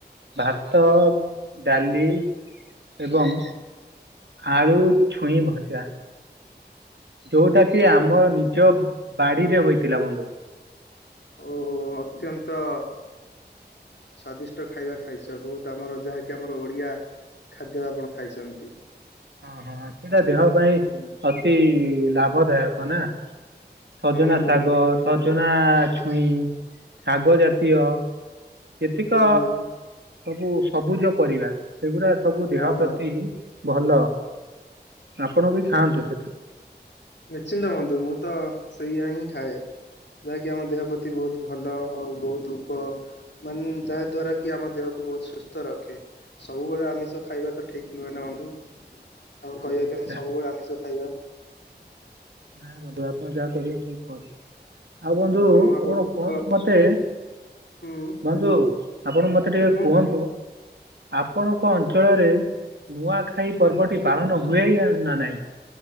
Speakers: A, on the right (about 80°); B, on the left (about 85°).
A: ଭାତ, ଡାଲି ଏବଂ ଆଳୁ ଛୁଇଁ ଭଜା। ଯୋଉଟା
B: ଅତ୍ୟନ୍ତ
A: କି ଆମ ନିଜ ବାଡିରେ ହୋଇଥିଲା ବନ୍ଧୁ।
B: ଓ, ଅତ୍ୟନ୍ତ ସ୍ଵାଦିଷ୍ଟ ଖାଇବା ଖାଇଛ। ବହୁତ ଆମର ଯାହାକି ଆମର ଓଡିଆ ଖାଦ୍ୟ ଆପଣ ଖାଇଛନ୍ତି।
A: ହଁ, ହଁ ସେଟା ଦେହ ପାଇଁ
B: ହୁଁ
A: ଅତି ଲାଭଦାୟକ ନା। ସଜନା
B: ହୁଁ ବନ୍ଧୁ
A: ଶାଗ,
B: ବହୁତ
A: ସଜନା ଛୁଇଁ ଶାଗ ଜାତୀୟ ଯେତିକ
B: ହୁଁ
A: ସବୁ ସବୁଜ ପରିବା ସେଗୁରା ସବୁ ଦେହ
B: ହଁ
A: ପ୍ର ତିବି ଭଲ ଆପଣ ବି ଖାଆନ୍ତୁ ସେଟା।
B: ନିଶ୍ଚିନ୍ତ ହୁଅନ୍ତୁ ମୁଁ ତ ସେଇଆ ହିଁ ଖାଏ। ଯାହାକି ଆମ ଦେହ ପ୍ରତି ବୋହୁତ ଭଲ ଓ ବୋହୁତ ଉପ ମାନ୍ ଯାହା ଦ୍ଵାରା କି ଆମ ଦେହକୁ ବୋହୁତ ସୁସ୍ଥ ରଖେ। ସବୁବେଳେ ଆମିଷ ଖାଇବା ତ ଠିକ ନୁହେଁ ନା ବନ୍ଧୁ ଆମ
A: ହଁ
B: କହିବା କି
A: ସେଟା
B: ଆମେ ସବୁବେଳେ ଆମିଷ ଖାଇବା।
A: ନାଇଁ ବୁନ୍ଧୁ ଆପଣ ଯାହା କୋହୁଚନ୍ତି ଠିକ କୋହୁ <unintelligible> ଆଉ ବନ୍ଧୁ
B: ଆଜି ତ ମହାପ୍ରଭୁ
A: ଆପଣ
B: ଙ୍କ
A: କୁହନ୍ତୁ ମତେ
B: ହୁଁ
A: ବନ୍ଧୁ ଆପଣ ମତେ ଟିକେ
B: ହୁଁ
A: କୁହନ୍ତୁ। ଆପଣଙ୍କ ଅଞ୍ଚଳରେ ନୂଆଖାଇ ପର୍ବଟି ପାଳନ ହୁଏ ୟା ନା ନାଇଁ।